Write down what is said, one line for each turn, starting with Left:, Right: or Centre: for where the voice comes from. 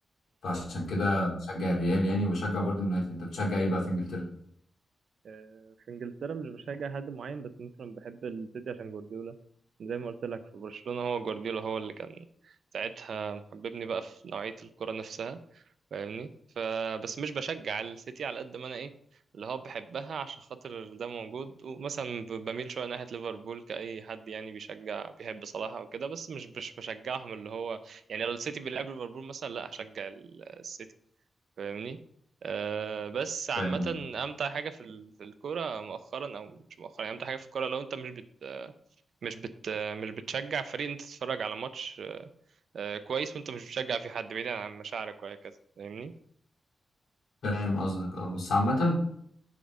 Left: فعشان كده بشجع الريال يعني وبشجع برضو اليونايتد انت بتشجع ايه بقى في انجلترا
Right: آه، في انجلترا مش بشجع حد معين بس مثلا بحب السيتي عشان جوارديولا زي ما قلت لك في برشلونة هو جوارديولا هو اللي كان ساعتها محببني بقى في نوعية الكرة نفسها فاهمني فبس مش بشجع السيتي على قد ما انا ايه اللي هو بحبها عشان خاطر ده موجود ومثلا ب- بميل شويه ناحيه ليفربول كأي حد يعني بيشجع بيحب صلاح او كده بس مش مش بشجعهم اللي هو يعني لو السيتي بيلعب ليفربول مثلا لا هشجع السيتي فاهمني أه بس عامة
Left: فاهم
Right: أمتع حاجة في ال- في الكورة مؤخرا أو مش مؤخرا يعني أمتع حاجة في الكورة لو أنت مش بت مش بت مش بتشجع فريق أنت تتفرج على ماتش أه كويس وأنت مش بتشجع في حد بعيدا عن مشاعرك وهكذا فاهمني
Left: فاهم قصدك اه بس عامة